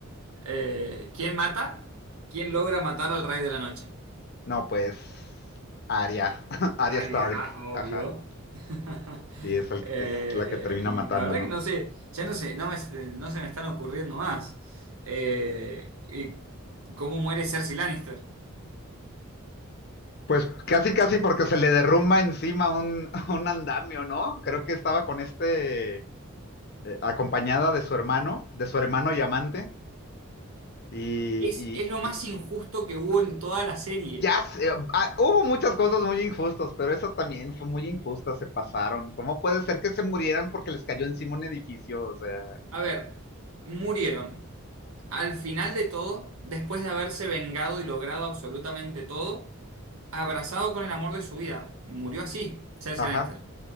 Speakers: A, on the right (about 75°); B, on the left (about 45°).
A: ver. Eh, ¿quién mata? ¿Quién logra matar al rey de la noche?
B: No, pues, Arya, <laughs> Arya
A: Aria,
B: Stark,
A: obvio.
B: ajá.
A: <laughs>
B: Sí, es, el-
A: Eh,
B: es la que termina
A: y
B: matándolo.
A: la verdad que no sé, ya no sé, no, me- no se me están ocurriendo más. Eh, ¿y cómo muere Cersei Lannister?
B: Pues casi, casi porque se le derrumba encima un, <laughs> un andamio, ¿no? Creo que estaba con este, eh, acompañada de su hermano, de su hermano y amante. Y,
A: Es,
B: y-
A: es lo más
B: y
A: injusto que hubo en toda la serie.
B: ya sé, ah, hubo muchas cosas muy injustas, pero eso también fue muy injusta, se pasaron. ¿Cómo puede ser que se murieran porque les cayó encima un edificio? O sea,
A: A ver, murieron. Al final de todo, después de haberse vengado y logrado absolutamente todo, abrazado con el amor de su vida, murió así, Cersei
B: ajá,
A: Lannister.